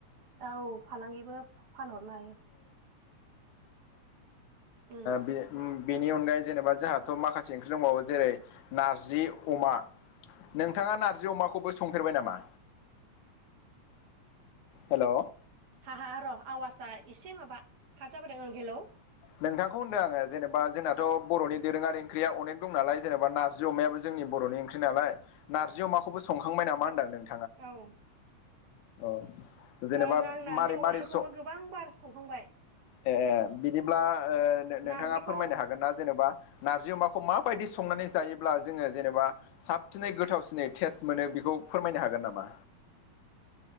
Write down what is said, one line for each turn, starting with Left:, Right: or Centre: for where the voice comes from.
Right: औ फालांगिबो फानहरनो हायो। उम
Left: बि बेनि अनगायै जेनेबा जोंहाथ' माखासे ओंख्रि दंबावो जेरै नारजि अमा नोंथाङा नारजि अमाखौबो संफेरबाय नामा? हेल'।
Right: हा हा र' आवासआ एसे माबा खारजाबोदों ओं हेलौ।
Left: नोंथांखौ होनदों आङो जेनेबा जोंनाथ' बर'नि दोरोङारि ओंख्रिया अनेक द नाल जेनबा नारजि अमायाबो जोंनि। बर'नि ओंख्रि नालाय नारजयाव माखौबो सखांबाय नामा होनदों नों
Right: औ।
Left: औ जेनेबा
Right: ओं आं नारजि
Left: मारै
Right: अमाखौबो
Left: मारै स'
Right: गोबां बार संखांबाय
Left: ए बिदिब्ला ओ नोंथाङा
Right: नारजिखौ
Left: फोरमायनो हागोन ना जेनेबा नारजि अमाखौ माबायदि संनानै जायोब्ला जोङो जेनेबा साबसिनै गोथावसिनै टेस्ट मोनो बेखौ। फोरमायनो हागोन नामा?